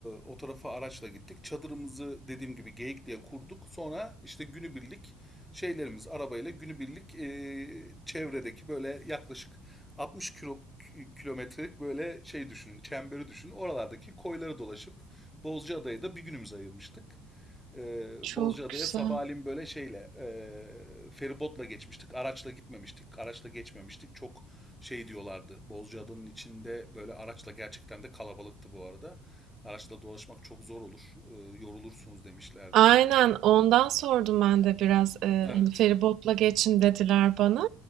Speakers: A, in the centre; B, on the right.
A: o tarafa araçla gittik. Çadırımızı dediğim gibi Geyikli'ye kurduk. Sonra işte günübirlik şeylerimiz arabayla günübirlik e, çevredeki böyle yaklaşık 60 kilo, kilometrelik böyle şey düşünün, çemberi düşünün. Oralardaki koyları dolaşıp Bozcaada'ya da bir günümüz ayırmıştık. Ee,
B: Çok
A: Bozcaada'ya
B: güzel.
A: sabahleyin böyle şeyle e, feribotla geçmiştik. Araçla gitmemiştik. Araçla geçmemiştik. Çok şey diyorlardı. Bozcaada'nın içinde böyle araçla gerçekten de kalabalıktı bu arada. Araçla dolaşmak çok zor olur. e, yorulursunuz demişlerdi.
B: Aynen ondan sordum ben de biraz. E,
A: Evet.
B: hani feribotla geçin dediler bana.